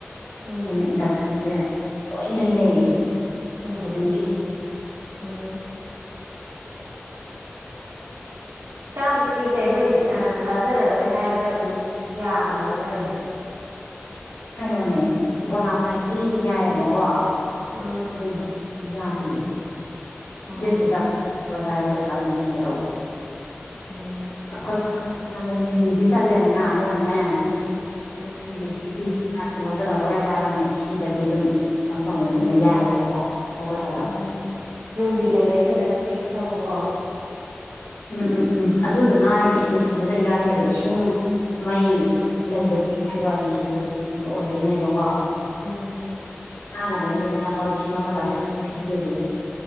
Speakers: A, on the right (about 85°); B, on the left (about 85°).
A: ꯎꯝ
B: ꯑꯗꯨꯅ ꯏꯟꯗꯛꯁꯟꯁꯦ ꯂꯣꯏ ꯂꯩꯅꯩꯌꯦ
A: ꯎꯝ
B: ꯈꯨꯗꯤꯡꯒꯤ
A: ꯎꯝ ꯆꯥꯡ ꯊꯀ ꯏꯅ
B: ꯑꯗꯨꯅ
A: ꯑ ꯆꯥꯖꯔꯔꯣꯏ ꯍꯥꯏꯔꯒ ꯑꯗꯨꯝ ꯌꯥꯕ꯭ꯔꯕ ꯇꯧꯋꯗꯣ
B: ꯀꯩꯅꯣꯅꯦ ꯕꯣꯅꯥꯐ ꯍꯥꯏꯥꯏꯗꯤ ꯌꯥꯏꯑꯕꯀꯣ
A: ꯎꯝ
B: ꯑꯣ ꯌꯥꯗꯤꯌꯦꯦ
A: ꯑꯣ
B: ꯌꯦꯦꯁꯇ ꯆꯥꯛ ꯍꯥꯏ ꯄꯩꯁꯥ ꯑꯗꯨꯝ ꯊꯤꯒ ꯇꯧꯕ
A: ꯎꯝ
B: ꯑꯩꯈꯣꯏꯅ ꯑꯃꯨꯛ ꯃꯤꯡꯗꯤ ꯆꯜꯂꯦꯗꯅ ꯑꯗꯨꯒꯅꯦ
A: ꯎꯝ ꯎꯝ
B: <unintelligible> ꯆꯥꯛꯁꯦ ꯂꯧꯖꯔꯛꯔꯣꯏ ꯍꯥꯏꯔꯒꯅ ꯊꯤꯗꯕꯤ ꯑꯗꯨꯝ ꯇꯧꯅꯅꯤꯅ
A: ꯎꯝ
B: ꯌꯥꯏꯑꯕꯀꯣ ꯃꯜ ꯍꯂ
A: ꯎꯝ ꯅꯨꯡꯒꯤ ꯂꯩꯕꯩ ꯈꯇꯪꯗꯤ ꯇꯧꯕꯀꯣ
B: ꯎꯝ ꯎꯝ ꯎꯝ ꯑꯗꯨꯗꯨꯅ ꯍꯥꯏꯗꯤ ꯑꯦꯠꯃꯤꯁꯟꯗꯨꯗ ꯌꯥꯎꯏꯅꯦꯕ ꯏ ꯏꯁꯤꯡ
A: ꯎꯝ
B: ꯃꯩ
A: ꯎꯝ
B: ꯂꯩꯕ
A: ꯎꯝ
B: ꯍꯥꯏꯗꯣ ꯑꯩ ꯃꯤꯁꯟꯕꯗꯣ ꯑꯣꯏꯗꯣꯏꯅꯦꯕꯀꯣ
A: ꯎꯝ
B: ꯆꯥꯅꯕꯩꯅꯤꯗꯅ ꯀꯣ ꯂꯤꯁꯤꯡ ꯑꯃ ꯆꯥꯇ꯭ꯔꯦꯠꯈꯛ ꯊꯤꯔꯤꯗꯨꯗꯤ